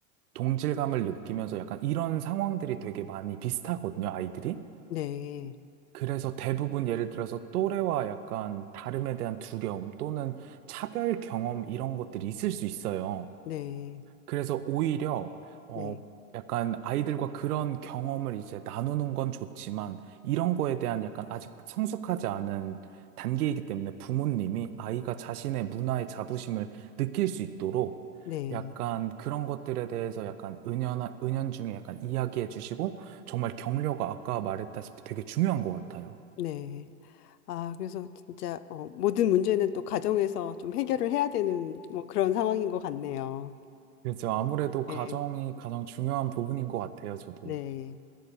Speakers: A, on the right; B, on the left.
A: 동질감을 느끼면서 약간 이런 상황들이 되게 많이 비슷하거든요, 아이들이.
B: 네.
A: 그래서 대부분 예를 들어서 또래와 약간 다름에 대한 두려움 또는 차별 경험 이런 것들이 있을 수 있어요.
B: 네.
A: 그래서 오히려 어
B: 네.
A: 약간 아이들과 그런 경험을 이제 나누는 건 좋지만 이런 거에 대한 약간 아직 성숙하지 않은 단계이기 때문에 부모님이 아이가 자신의 문화의 자부심을 느낄 수 있도록
B: 네.
A: 약간 그런 것들에 대해서 약간 은연한 은연중에 약간 이야기해 주시고 정말 격려가 아까 말했다시피 되게 중요한 것 같아요.
B: 네. 아, 그래서 진짜 어, 모든 문제는 또 가정에서 좀 해결을 해야 되는 뭐 그런 상황인 것 같네요.
A: 그래서 아무래도
B: 네.
A: 가정이 가장 중요한 부분인 것 같아요, 저도.
B: 네.